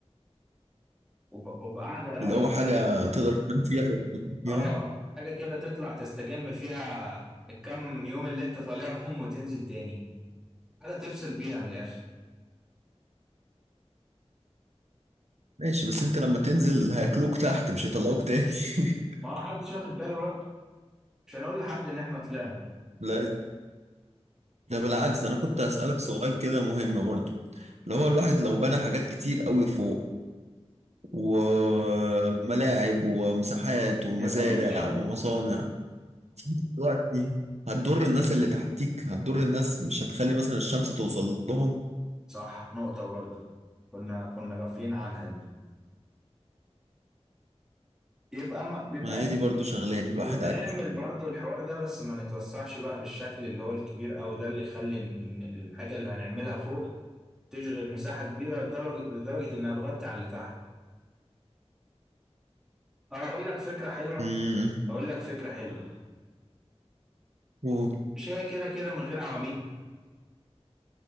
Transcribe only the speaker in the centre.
وب- وبقعدة رايقة
كده
اه حاجة كده تطلع تستجم فيها الكام يوم اللي انت طالعهم <laughs> وتنزل تاني حاجة تفصل بيها من الآخر
ما هو حدش واخد باله بقى مش هنقول لحد ان احنا طلعنا
يبقى متشاف
صح نقطة برضه كنا كنا غافلين عنها دي يبقى ما بيبقى
يبقى
نعمل برضو الحوار ده بس ما نتوسعش بقى بالشكل اللي هو الكبير قوي ده اللي يخلي ان إن الحاجة اللي هنعملها فوق تشغل مساحة كبيرة لدرجة لدرجة انها تغطي على اللي تحت او اقول لك فكرة حلوة
اقول لك فكرة حلوة
مش هي كده كده من غير عواميد